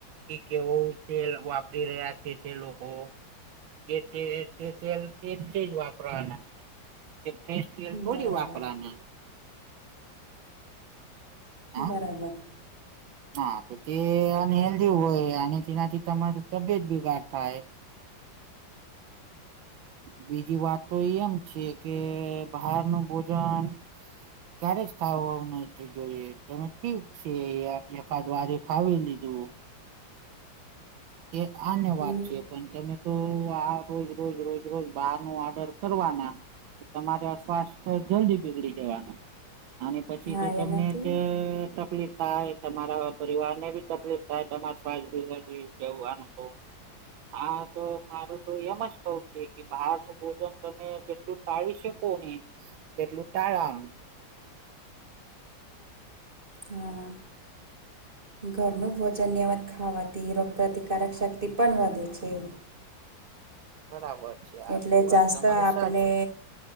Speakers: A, on the right; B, on the right.
A: કે કેવો તેલ વાપરી રહ્યા છે, તે લોકો એ <unintelligible> એજ વાપરવાના એ ફેશલ થોડી
B: બરાબર
A: વાપરાના હા
B: બરાબર.
A: હા તો તે અનહેેલ્ધી હોય અને તેનાથી તમાર તબિયત બીગાટ થાય બીજી વાત તો એ એમ છે, કે બહારનુ ભોજન ક્યારે જ ખાવવા ન તે જોઈએ. તમે ઠીક છે, એકાદ વારે ખાવી લીધું. એ આને
B: હમ
A: વાત છે. પણ તમે તો આ રોજ, રોજ, રોજ, રોજ બાર નો ઓર્ડર કરવાના. તમારે સ્વાસ્થ્ય જલ્દી બીગડી જવાનું. અને પછી
B: હા
A: તો તમને
B: એનાથી
A: જ તકલીફ થાય. તમારા પરિવાર ને બી તકલીફ થાય. તમારે શસ જવું આનું તો. હા, તો મારું તો એમ જ કઉ છે. બહાર નું ભોજન તમે જેટલું ટાળી શકો ને, તેટલું ટાળવાનું.
B: હા, હા. ઘરનું ભોજન નિયમિત ખાવાથી રોગપ્રતિકારક શક્તિ પણ વધે છે.
A: બરાબર છે. આ
B: એટલે
A: તો વાત
B: જાસ્ત
A: તમારી
B: આપણે
A: સાચી છે.